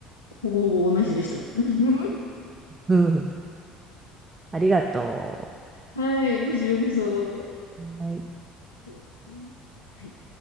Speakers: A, on the left; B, on the right.
A: ほぼほぼ同じでした。<laughs>
B: うんありがと
A: はい、こちらこそ。
B: う。はい
A: とえーはい。